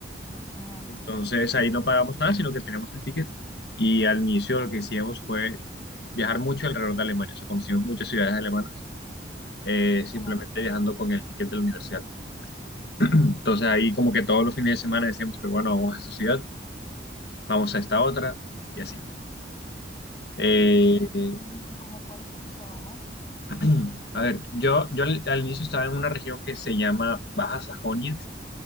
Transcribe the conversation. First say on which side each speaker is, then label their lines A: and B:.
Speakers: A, on the left; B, on the left.
A: Ajá,
B: Entonces ahí no pagamos nada, sino que teníamos el ticket y al inicio lo que hicimos fue viajar mucho alrededor de Alemania, o sea, conocimos muchas ciudades alemanas eh, simplemente
A: ajá.
B: viajando con el ticket de la universidad. Entonces ahí como que todos los fines de semana decíamos que bueno, vamos a esta ciudad, vamos a esta otra y así. Eh,
A: Oye,
B: eh,
A: ¿y y como cuáles te gustaron más?
B: <clears throat> a ver, yo, yo al, al inicio estaba en una región que se llama Baja Sajonia,